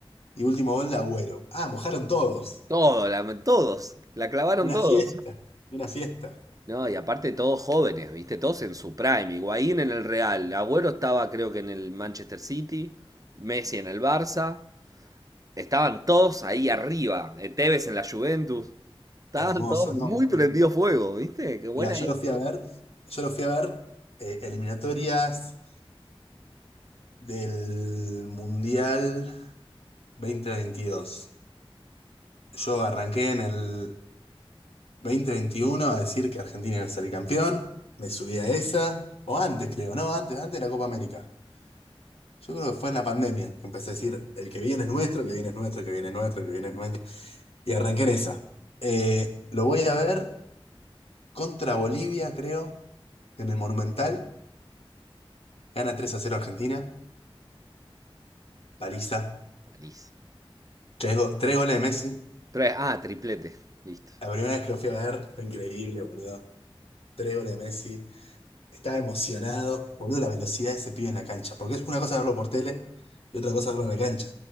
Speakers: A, on the left (about 75°); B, on the right (about 35°).
A: Y último gol de Agüero. Ah, mojaron todos.
B: Todo, la- todos, la clavaron
A: Una
B: todos.
A: fiesta. Una fiesta.
B: No, y aparte todos jóvenes, ¿viste? Todos en su prime. Higuaín en el Real, Agüero estaba creo que en el Manchester City, Messi en el Barça. Estaban todos ahí arriba, eh, Tevez en la Juventus. Estaban
A: Hermoso,
B: todos
A: ¿no?
B: muy prendido fuego, ¿viste? Qué buena
A: mira yo
B: época.
A: lo fui a ver. Yo lo fui a ver eh, eliminatorias del Mundial dos mil veintidós Yo arranqué en el 2021 a decir que Argentina iba a ser el campeón. Me subí a esa. O antes, creo, ¿no? Antes, antes de la Copa América. Yo creo que fue en la pandemia que empecé a decir, el que viene es nuestro, el que viene es nuestro, el que viene es nuestro, el que viene es nuestro. Y arranqué en esa. Eh, lo voy a ver contra Bolivia, creo, en el Monumental. Gana 3 a cero Argentina, paliza.
B: Paliza.
A: Tres, go- tres goles de Messi.
B: Tres- ah, triplete. Listo.
A: La primera vez que lo fui a ver fue increíble, boludo. Tres goles de Messi. Estaba emocionado. Boludo, la velocidad de ese pibe en la cancha. Porque es una cosa verlo por tele y otra cosa verlo en la cancha.